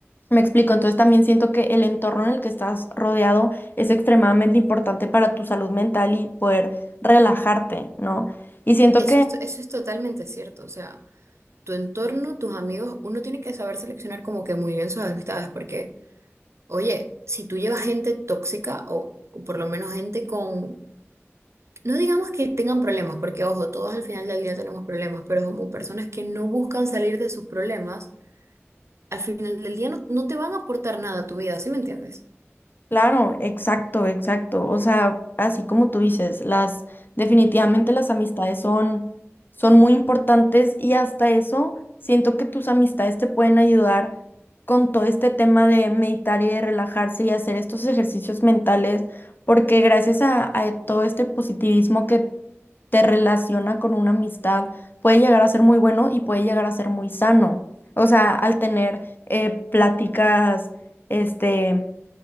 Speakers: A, on the left; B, on the right.
A: Me explico, entonces también siento que el entorno en el que estás rodeado es extremadamente importante para tu salud mental y poder relajarte, ¿no? Y siento
B: Eso
A: que
B: es, eso es totalmente cierto. O sea, tu entorno, tus amigos, uno tiene que saber seleccionar como que muy bien sus amistades, porque, oye, si tú llevas gente tóxica o, o por lo menos gente con, no digamos que tengan problemas, porque ojo, todos al final del día tenemos problemas, pero como personas que no buscan salir de sus problemas, al final del día no, no te van a aportar nada a tu vida, ¿sí me entiendes?
A: Claro, exacto, exacto. O sea, así como tú dices, las definitivamente las amistades son son muy importantes y hasta eso siento que tus amistades te pueden ayudar con todo este tema de meditar y de relajarse y hacer estos ejercicios mentales, porque gracias a, a todo este positivismo que te relaciona con una amistad, puede llegar a ser muy bueno y puede llegar a ser muy sano. O sea, al tener eh, pláticas, este